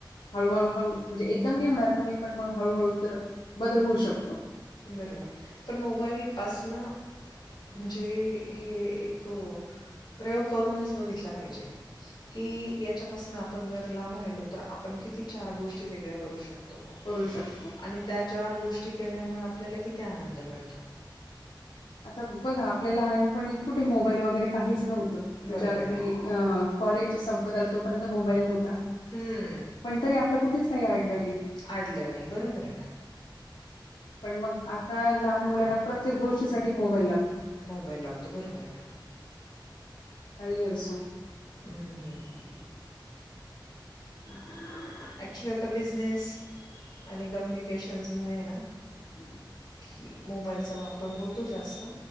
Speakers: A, on the left; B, on the left.
A: हळू हळू हळू म्हणजे एकदम नाही होणार कमी पण मग हळूहळू तर, बदल होऊ शकतो.
B: बरोबर आहे, पण मोबाईलपासनं म्हणजे हे एक, प्रयोग करूनच बघितल पाहिजे. कि याच्यापासून आपण जर लांब राहिलो तर आपण किती चार गोष्टी वेगळ्या करू शकतो.
A: करू शकतो.
B: आणि त्या चार गोष्टी केल्यामुळे आपल्याला किती आनंद मिळतो.
A: आता बघा आपल्याला लहानपणी कुठे मोबाईल वगैरे काहीच नव्हत. म्हणजे
B: बरोबर
A: अगदी
B: आहे
A: अ कॉलेज संपत आल तोपर्यंत मोबाईल नव्हता.
B: हम्म,
A: पण तरी आपल कुठेच काही अडल नाही.
B: आडल नाही, बरोबर आहे ना.
A: पण मग आता लहान मुलांना प्रत्येक गोष्टीसाठी मोबाईल लागतो.
B: मोबाईल लागतो बरोबर आहे.
A: काही असो
B: हम्म हम्म हम्म
A: <inaudible>
B: ऍक्च्युली आता बिझनेस आणि कम्युनिकेशन्स मुळे ना
A: <inaudible>
B: की मोबाईलचा वापर होतो जास्त,